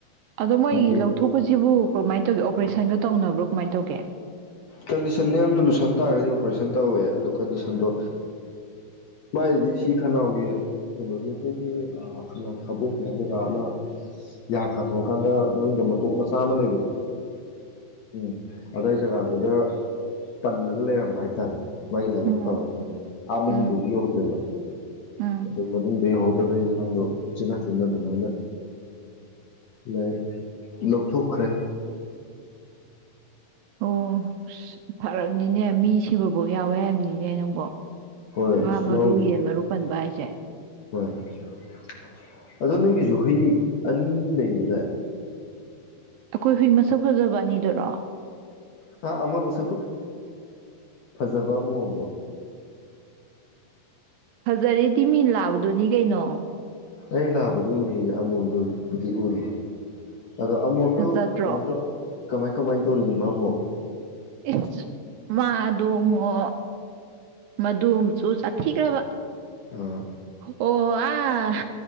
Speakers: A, on the right; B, on the left.
A: ꯑꯗꯣ ꯃꯣꯏꯒꯤ
B: ꯃꯥꯒꯤ
A: ꯂꯧꯊꯣꯛꯄꯁꯤꯕꯨ ꯀꯃꯥꯏ ꯇꯧꯒꯦ ꯑꯣꯄ꯭ꯔꯦꯁꯟꯒ ꯇꯧꯅꯕ꯭ꯔꯣ ꯀꯃꯥꯏꯅ ꯇꯧꯒꯦ
B: ꯀꯟꯗꯤꯁꯟꯅ ꯌꯥꯝꯅ ꯂꯨꯁꯟ ꯇꯥꯔꯒꯗꯤ ꯑꯣꯄꯔꯦꯁꯟ ꯇꯧꯋꯦ ꯑꯗꯨ ꯀꯟꯗꯤꯁꯟꯗꯣ ꯃꯒꯤꯗꯤ ꯁꯤ ꯈꯅꯥꯎꯒꯤ ꯀꯩꯅꯣꯒꯤ ꯈꯣꯏꯒꯤ ꯑꯥ ꯈꯅꯥꯎ ꯊꯥꯕꯣꯡꯒꯤ ꯍꯥꯏꯒꯗ꯭ꯔꯥ ꯑꯃ <unintelligible> ꯌꯥ ꯀꯥꯊꯣꯛꯑ ꯀꯥꯟꯗ ꯃꯅꯨꯡꯗ ꯃꯇꯣꯛ ꯃꯆꯥ ꯑꯃ ꯂꯩꯕꯗꯣ ꯎꯝ ꯑꯗꯏ ꯖꯒꯥꯗꯨꯗ ꯄꯜꯂꯒ ꯂꯩꯔꯝꯕ ꯍꯥꯏꯇꯥꯔꯦ ꯃꯥꯒꯤ ꯂꯥꯏꯕꯛ
A: ꯎꯝ
B: ꯐꯕ ꯑꯃꯨꯝꯅ ꯑꯥ ꯃꯅꯨꯡꯗ
A: ꯎꯝ
B: ꯌꯧꯗ꯭ꯔꯦꯕ
A: ꯎꯝ
B: ꯑꯗꯨ ꯃꯅꯨꯡꯗ ꯌꯍꯧꯗꯕꯅꯤꯅ ꯃꯥꯗꯣ ꯏꯆꯤꯟ ꯅꯥꯆꯤꯟꯅ ꯗꯨꯃꯥꯏꯅ ꯂꯥꯏ ꯂꯧꯊꯣꯛꯈ꯭ꯔꯦ
A: ꯑꯣ <unintelligible> ꯐꯔꯛꯅꯤꯅꯦ ꯃꯤ ꯁꯤꯕꯐꯧ ꯌꯥꯎꯋꯦ ꯍꯥꯏꯕꯅꯤꯅꯦ ꯅꯪꯕ
B: ꯍꯣꯏ
A: ꯉꯥ
B: ꯑꯁ
A: ꯃꯔꯨ
B: ꯌꯥꯎꯔꯤꯁꯦ
A: ꯌꯦꯟ ꯃꯔꯨ ꯄꯟ ꯚꯥꯏ ꯆꯦ
B: ꯍꯣꯏ <unintelligible> ꯑꯗꯣ ꯅꯣꯏꯒꯤꯁꯨ ꯍꯨꯏ ꯑꯅꯤ ꯂꯩꯕꯗꯏ
A: ꯑꯩꯈꯣꯏ ꯍꯨꯏ ꯃꯁꯛ ꯐꯖꯕ ꯑꯅꯤꯗꯨꯔꯣ
B: ꯍꯥ ꯑꯃꯥ ꯃꯁꯛ ꯐꯥ ꯐꯖꯕ ꯑꯃꯣꯝꯗꯣ
A: ꯐꯖꯔꯦꯗꯤ ꯃꯤ ꯂꯥꯕꯗꯨꯅꯤ ꯀꯩꯅꯣ
B: ꯑꯩ ꯂꯥꯕꯗꯨ ꯎꯗ꯭ꯔꯤꯌꯦ ꯑꯃꯣꯝꯗꯨꯕꯨꯗꯤ ꯎꯨꯔꯕ ꯑꯗꯣ ꯑꯃꯣꯝꯗꯨ
A: ꯐꯖꯗ꯭ꯔꯣ
B: ꯀꯃꯥꯏ ꯇꯧ ꯀꯃꯥꯏ ꯀꯃꯥꯏꯅ ꯇꯧꯔꯤꯒꯦ ꯃꯥꯕꯣ
A: ꯏꯁ ꯃꯥꯗꯣꯡꯉꯣ ꯃꯗꯨ ꯃꯁꯨ ꯆꯥꯊꯤꯈ꯭ꯔꯕ
B: ꯑꯥ
A: ꯑꯣ ꯑꯥ